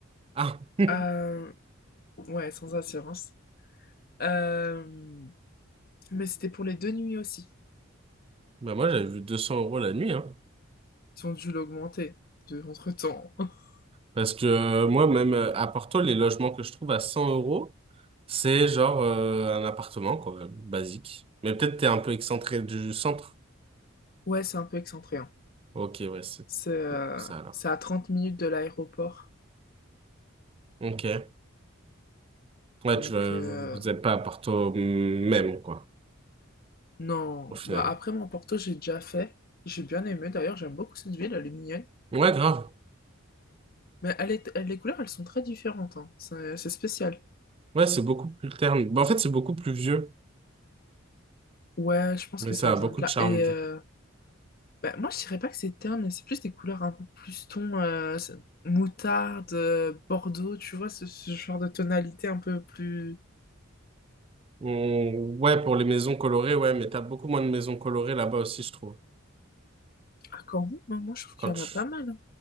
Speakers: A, on the right; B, on the left.
A: Ah, <laughs>
B: Euh, ouais, sans assurance. Euh, mais c'était pour les deux nuits aussi.
A: bah moi j'avais vu 200 euros la nuit, hein.
B: Ils ont dû l'augmenter de, entre-temps. <laughs>
A: Parce que euh, moi, même euh, à Porto, les logements que je trouve à 100 euros, c'est genre euh, un appartement, quoi, basique. Mais peut-être t'es un peu excentré du centre.
B: Ouais, c'est un peu excentré. hein.
A: Ok, ouais, c'est
B: C'est euh,
A: peut-être pour ça alors.
B: c'est à 30 minutes de l'aéroport.
A: Ok. Ouais,
B: Donc,
A: tu vas-
B: euh,
A: vous vous êtes pas à Porto mm, même, quoi,
B: Non,
A: au final.
B: bah après mon Porto, j'ai déjà fait. J'ai bien aimé d'ailleurs, j'aime beaucoup cette ville, elle est mignonne.
A: Ouais, grave.
B: Mais elle est, elle- les couleurs, elles sont très différentes, hein. C'est c'est spécial.
A: Ouais, c'est beaucoup plus terne. Bah, en fait, c'est beaucoup plus vieux,
B: Ouais, je pense
A: mais
B: que
A: ça
B: ça vient
A: a beaucoup
B: de
A: de
B: là.
A: charme,
B: Et
A: du
B: euh,
A: coup.
B: bah, moi, je dirais pas que c'est terne, mais c'est plus des couleurs un peu plus ton euh, c'est- moutarde, euh, bordeaux, tu vois, ce, ce genre de tonalité un peu plus.
A: On- Ouais, pour les maisons colorées, ouais, mais t'as beaucoup moins de maisons colorées là-bas aussi, je trouve.
B: Ah, quand même, hein, moi, je trouve qu'il
A: Quand
B: y
A: tu...
B: en a pas mal. hein.